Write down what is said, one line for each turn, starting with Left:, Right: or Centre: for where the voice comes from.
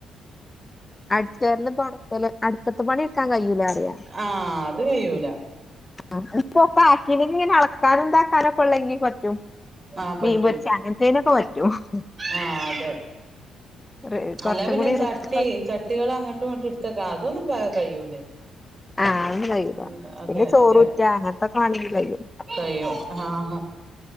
Left: അട്ച്ചേര്ലും തൊടക്കല് അടുപ്പത്തെ പണി ഇട്ക്കാ കഴിയൂലാറിയ
Right: ആ അത് കയ്യൂല
Left: ആ ഹ് ഇപ്പൊ പാക്കിനിങ്ങനെ അളക്കാനന്താ തരാം കോളേനി പറ്റും
Right: ആഹ് പറ്റും
Left: മീൻപൊര്ച്ച അങ്ങൻതെനൊക്കെ പറ്റു ഈയോ
Right: ആഹ് അതെ
Left: റി കൊറച്ചും
Right: അല്ല പിന്നെ
Left: കൂടി
Right: ചട്ടി
Left: റിസ്ക്ള്ള
Right: ചട്ടികൾ അങ്ങോട്ടും ഇങ്ങോട്ടും എടുത്തേക്ക അതൊന്നും ഇപ്പ കയിയൂലെ
Left: ആഹ് അതൊന്നും കഴിയൂല
Right: ആഹ് അതെ
Left: പിന്നെ ചോറൂറ്റാ
Right: അതെ
Left: അങ്ങനത്തൊക്കെ വാണെങ്കി കഴിയും
Right: കയ്യോ ആഹ് ഹ് മാ